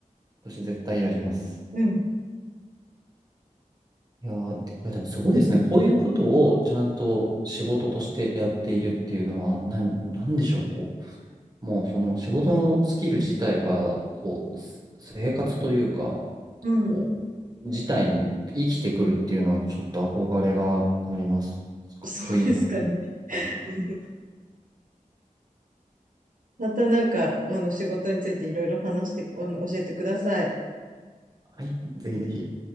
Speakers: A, on the right (about 30°); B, on the right (about 70°).
A: 私絶対やります。
B: うん。
A: いやー、いやでもすごいですね。こういうことをちゃんと仕事としてやっているっていうのは、なん、なんでしょう。こう、もうその仕事のスキル自体が、こう、す生活というか、
B: うん。
A: こう、自体に生きてくるっていうのは、ちょっと憧れがあります。かっこいいな。
B: そうですかね。
A: はい。
B: うんまたなんか、あの、仕事についていろいろ話して、あの、教えてください。
A: はい、ぜひぜひ。